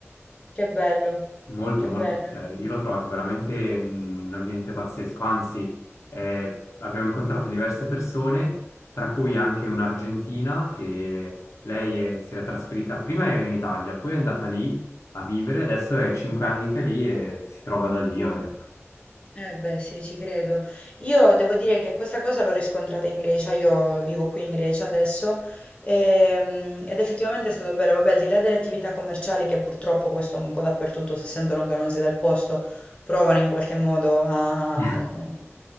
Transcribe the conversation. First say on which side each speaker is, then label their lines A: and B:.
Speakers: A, on the left; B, on the left.
A: che bello,
B: Molto,
A: che
B: molto,
A: bello.
B: cioè, io l'ho trovato veramente un, un ambiente pazzesco, anzi eh, abbiamo incontrato diverse persone, tra cui anche un'argentina che lei è- si era trasferita, prima era in Italia, poi è andata lì a vivere, adesso è cinque anni che è lì e si trova da Dio, ha detto.
A: Eh beh, sì, ci credo. Io devo dire che questa cosa l'ho riscontrata in Grecia, io vivo qui in Grecia adesso, ehm, ed effettivamente è stato bello, vabbè, al di là delle attività commerciali che purtroppo questo un po' dappertutto, se sentono che non sei del posto, provano in qualche modo a,
B: <laughs>
A: <laughs>